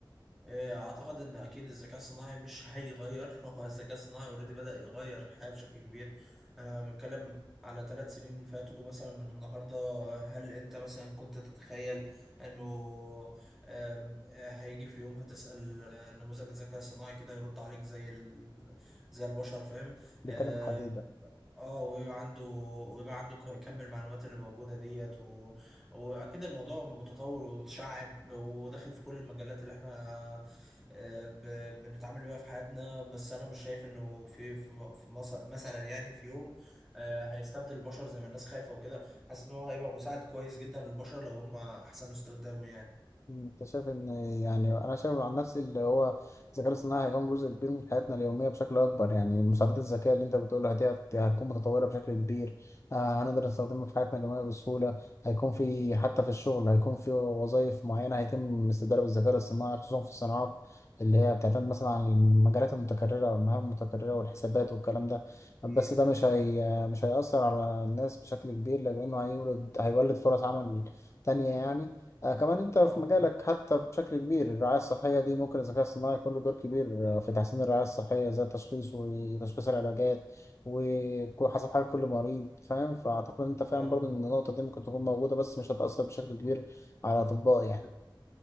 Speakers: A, in the centre; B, on the left.
A: إيه، اعتقد ان اكيد الذكاء الصناعي مش هيغير <laughs> هو الذكاء الصناعي اوريدي بدأ يغير الحياة بشكل كبير انا بتكلم على ثلاث سنين فاتوا مثلا من النهاردة هل انت مثلا كنت تتخيل انه آم، آه، هيجي في يوم هتسأل آه، نموذج الذكاء الصناعي كده يرد عليك زي ال... زي البشر فاهم
B: بيكلم
A: آم،
B: الحديد ده
A: اه ويبقى عنده ويبقى عنده ك- كم المعلومات اللي موجودة ديت واكيد الموضوع متطور وتشعب وداخل في كل المجالات اللي احنا آه، ب- بنتعامل بيها في حياتنا بس انا مش شايف انه في في م- في مص- مثلا يعني في يوم آه، هيستبدل البشر زي ما الناس خايفة وكده حاسس ان هو هيبقى مساعد كويس جدا للبشر لو هم احسنوا استخدامه يعني
B: مم، انت شايف ان يعني انا شايف عن نفسي اللي هو الذكاء الاصطناعي هيكون جزء كبير من حياتنا اليوميه بشكل اكبر يعني المساعدات الذكيه اللي انت بتقولها دي هت- هتكون متطوره بشكل كبير آه هنقدر نستخدمها في حياتنا اليوميه بسهوله هيكون في حتى في الشغل هيكون في وظائف معينه هيتم استبدالها بالذكاء الاصطناعي خصوصا في الصناعات اللي هي بتعتمد مثلا على المجالات المتكرره والمهام المتكرره والحسابات والكلام ده بس
A: اكيد
B: ده
A: اه
B: مش هي مش هيأثر على الناس بشكل كبير لأنه هيولد هيولد فرص عمل تانية يعني آه كمان انت في
A: اه
B: مجالك حتى بشكل كبير الرعاية الصحية دي ممكن الذكاء الصناعي يكون له دور كبير آه، في تحسين الرعاية الصحية زي التشخيص وتشخيص العلاجات وحسب حال كل مريض فاهم فأعتقد ان انت فاهم
A: اه آه.
B: برضه ان النقطة دي ممكن تكون موجودة بس مش هتأثر بشكل كبير على الأطباء يعني